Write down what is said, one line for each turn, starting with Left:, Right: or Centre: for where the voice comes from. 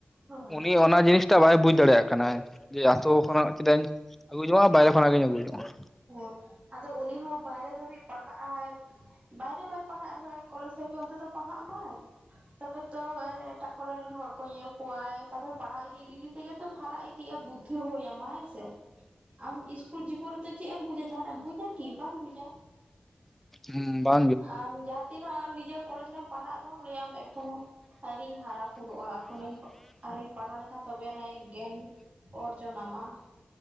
Right: ᱦᱳᱭ
Centre: ᱩᱱᱤ ᱚᱱᱟ ᱡᱤᱱᱤᱥ ᱴᱟ ᱵᱟᱭ ᱵᱩᱡᱽ ᱫᱟᱲᱮᱭᱟᱜ ᱠᱟᱱᱟ ᱡᱮ ᱟᱛᱳ ᱠᱷᱚᱱᱟᱜ ᱪᱮᱫᱟᱜ ᱤᱧ ᱟᱹᱜᱩ ᱡᱚᱝᱚᱜᱼᱟ ᱵᱟᱭᱨᱮ ᱠᱷᱚᱱᱟᱜ ᱜᱤᱧ ᱟᱹᱜᱩ ᱡᱚᱝᱚᱜᱼᱟ
Right: ᱦᱮᱸ ᱟᱫᱚ ᱩᱱᱤ ᱦᱚᱸ ᱵᱟᱭᱨᱮ ᱫᱷᱟᱹᱵᱤᱡ ᱯᱟᱲᱦᱟᱜᱼᱟᱭ ᱵᱟᱭᱨᱮ ᱵᱟᱭ ᱯᱟᱲᱦᱟᱜ ᱨᱮᱦᱚᱸ ᱳᱭ ᱠᱚᱞᱮᱡᱽ ᱫᱷᱟᱹᱵᱤᱡ ᱚᱱᱛᱚᱛᱚ ᱯᱟᱲᱦᱟᱜ ᱢᱟᱭ ᱛᱚᱵᱮ ᱛᱚ ᱟᱨ ᱮᱴᱟᱜ ᱠᱚᱨᱮᱱ ᱦᱚᱲ ᱠᱚ ᱧᱮᱞ ᱠᱚᱣᱟᱭ ᱛᱟᱯᱚᱨᱮ ᱯᱟᱲᱦᱟᱣ ᱤᱫᱤ ᱤᱫᱤ ᱛᱮᱜᱮᱛᱚ ᱦᱟᱨᱟ ᱠᱟᱹᱤᱡ ᱵᱩᱫᱽᱫᱷᱤ ᱦᱩᱭ ᱟᱢᱟ ᱦᱮᱸ ᱥᱮ ᱟᱢ ᱤᱥᱠᱩᱞ ᱡᱤᱵᱚᱱ ᱨᱮ ᱛᱚ ᱪᱮᱫ ᱮᱢ ᱵᱩᱡᱟ ᱡᱟᱦᱱᱟᱜ ᱮᱢ ᱵᱩᱡᱟ ᱠᱤ ᱵᱟᱢ ᱵᱩᱡᱟ
Centre: ᱦᱩᱸ ᱵᱟ <unintelligible>
Right: ᱟᱢ ᱡᱟᱦᱟᱸ ᱛᱤᱱᱟᱹᱜ ᱱᱤᱡᱮ ᱠᱚᱞᱮᱡᱽ ᱨᱮᱢ ᱯᱟᱲᱦᱟᱜ ᱨᱮᱦᱚᱸᱢ ᱞᱟᱹᱭᱟᱢ ᱮᱠᱷᱚᱱᱳ ᱟᱨᱤᱧ ᱦᱟᱨᱟ ᱵᱩᱨᱩᱜᱼᱟ ᱮᱠᱷᱚᱱᱤ ᱟᱨᱚᱧ ᱯᱟᱲᱦᱟᱣ ᱞᱮᱱᱠᱷᱟᱱ ᱛᱚᱵᱮᱭᱱᱟᱜ ᱜᱮᱭᱟᱱ ᱚᱨᱡᱚᱱᱟᱢᱟ